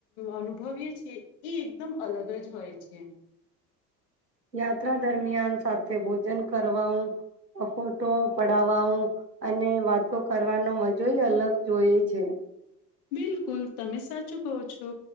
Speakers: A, on the left; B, on the right.
A: અનુભવીએ છીએ એ એકદમ અલગ જ હોય છે.
B: યાત્રા દરમિયાન સાથે ભોજન કરવા ફોટો પડાવવા અને વાતો કરવાનો મજોય અલગ જોઈ છે.
A: બિલકુલ તમે સાચું કહો છો